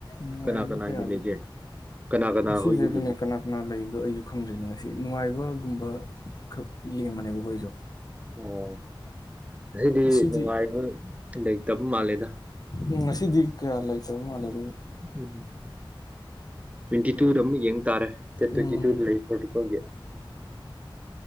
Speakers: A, on the left; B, on the right.
A: ꯅꯨꯡꯉꯥꯏꯕ
B: ꯀꯅꯥ- ꯀꯅꯥꯒꯤ
A: ꯀꯌꯥꯗꯤ
B: ꯂꯩꯒꯦ ꯀꯅꯥ- ꯀꯅꯥ
A: ꯉꯁꯤꯁꯦ
B: ꯍꯣꯏꯒꯤ
A: ꯑꯗꯨꯅꯦ
B: ꯂꯩꯒꯦ?
A: ꯀꯅꯥ ꯀꯅꯥ ꯂꯩꯕꯗꯣ ꯑꯩꯁꯨ ꯈꯪꯗꯔ꯭ꯦ ꯅꯦ ꯉꯁꯤꯗꯤ ꯅꯨꯡꯉꯥꯏꯕꯒꯨꯝꯕ ꯈꯛ ꯌꯦꯡꯕꯅꯦꯕ ꯑꯩꯈꯣꯏꯁꯨ
B: ꯑꯣ ꯉꯥꯁꯤꯗꯤ
A: ꯉꯁꯤꯗꯤ
B: ꯅꯨꯡꯉꯥꯏꯕ ꯂꯩ ꯇꯕ ꯃꯥꯂꯦꯗ
A: ꯎꯝ ꯉꯁꯤꯗꯤ ꯀꯌꯥ ꯂꯩꯇꯕ ꯃꯥꯂꯦ ꯑꯗꯨꯅ
B: ꯎꯝ ꯇ꯭ꯋꯦꯟꯇꯤ ꯇꯨꯗ ꯑꯃꯨꯛ ꯌꯦꯡ ꯇꯥꯔꯦ ꯫ ꯗꯦꯠ ꯇꯨꯏꯟꯇꯤ
A: ꯎꯝ
B: ꯇꯨꯗꯥ ꯂꯩ ꯄꯣꯔꯇꯨꯒꯜ ꯒꯤ꯫